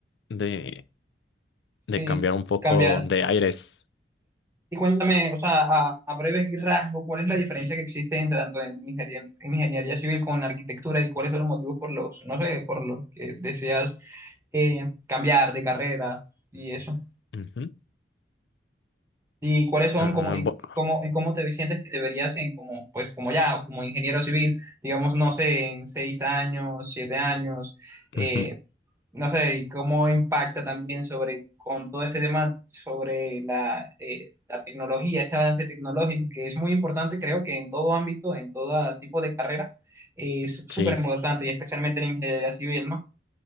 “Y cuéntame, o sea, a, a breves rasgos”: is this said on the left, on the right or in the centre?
Right